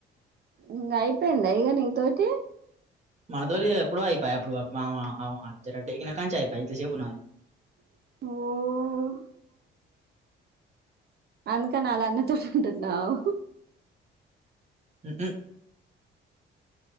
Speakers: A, on the right; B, on the right.
A: ఇంగ అయిపోయింద ఇగ నీ తోటి
B: మా తోటి ఎప్పుడో ఆయి పాయ అప్పుడు <unintelligible> కాంచీ ఆయిపోయి చెప్పు
A: <unintelligible> అందుక నాల అన్న త ంట నావు
B: అ